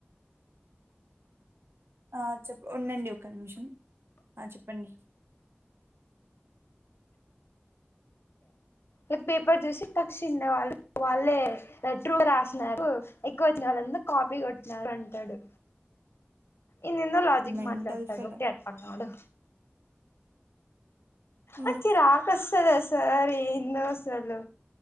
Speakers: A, on the right; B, on the left.
A: ఆ చెప్ప ఉందండి ఒక నిమ్షం ఆ చెప్పండి.
B: ఇగ పేపర్ జుసి తక్షిండే వాళ్ళు వాళ్ళే ట్రూ రాస్నారు ఎక్వ అచ్చిన వాళ్ళంద కాపీ కొట్నాడు అంటడు ఏందేందో లాజిక్
A: మెంటల్
B: మాట్లాడతాడు
A: ఫెలో
B: తెప్ప నోడు
A: ఉండు
B: అ కిరాక్ అస్సుది ఆ సార్ ఏందో అసలు